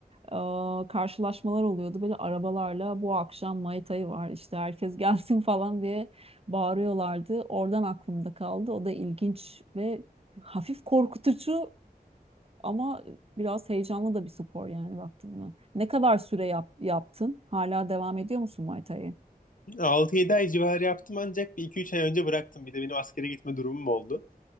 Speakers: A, on the right; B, on the left.
A: e, karşılaşmalar oluyordu. Böyle arabalarla bu akşam Mai Tai var işte herkes <laughs> gelsin falan diye bağırıyorlardı. Oradan aklımda kaldı. O da ilginç ve hafif korkutucu ama biraz heyecanlı da bir spor yani baktın mı? Ne kadar süre yap- yaptın? Hala devam ediyor musun Muay Thai'ye?
B: Altı yedi ay civarı yaptım ancak bir iki üç ay önce bıraktım. Bir de benim askere gitme durumum oldu.